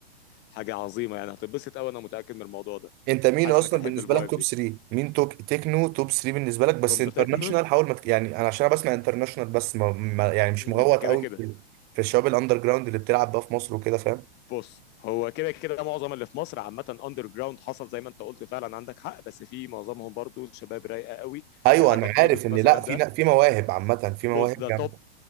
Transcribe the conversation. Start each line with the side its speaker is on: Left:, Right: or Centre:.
Left: حاجة عظيمة يعني هتتبسط قوي انا متأكد من الموضوع ده
Right: انت مين
Left: حاسس
Right: اصلا
Left: انك هتحب
Right: بالنسبه
Left: الفايب
Right: لك توب
Left: دي
Right: 3 مين توك تكنو توب 3 بالنسبه لك
Left: from
Right: بس انترناشونال
Left: the techno
Right: حاول ما تك- يعني انا عشان انا بسمع انترناشونال بس ما ما يعني مش
Left: مم،
Right: مغوط
Left: كده
Right: قوي
Left: كده
Right: في في الشباب الاندر جراوند اللي بتلعب بقى في مصر وكده فاهم
Left: بص هو كده كده معظم اللي في مصر عامة اندر جراوند حصل زي ما انت قلت فعلا عندك حق بس في معظمهم برضو شباب رايقة قوي
Right: ايوه
Left: يعني عندك
Right: انا عارف
Left: ميروز
Right: ان
Left: مثلا
Right: لا في
Left: ده
Right: لا في مواهب عامه في مواهب
Left: بص ده
Right: جامده
Left: توب